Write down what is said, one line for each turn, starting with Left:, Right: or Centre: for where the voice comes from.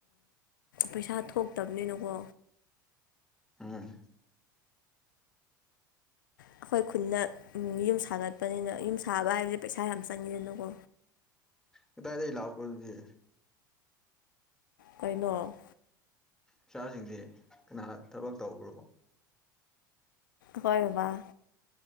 Left: ꯄꯩꯁꯥ ꯊꯣꯛꯇꯕꯅꯤꯅꯀꯣ
Centre: ꯎꯝ
Left: ꯑꯩꯈꯣꯏ ꯈꯨꯟꯗ ꯌꯨꯝ ꯁꯥꯒꯠꯄꯅꯤꯅ ꯌꯨꯝ ꯁꯥꯕ ꯍꯥꯏꯕꯁꯦ ꯄꯩꯁꯥ ꯌꯥꯝ ꯆꯪꯉꯤꯗꯅꯀꯣ
Centre: ꯀꯗꯥꯗꯩ ꯂꯥꯛꯄꯔ ꯑꯗꯨꯗꯤ
Left: ꯀꯩꯅꯣ
Centre: ꯄꯩꯁꯦꯁꯤꯡꯖꯦ ꯀꯅꯥ ꯊꯕꯛ ꯇꯧꯕ꯭ꯔꯣ
Left: ꯈꯣꯏ ꯕꯕꯥ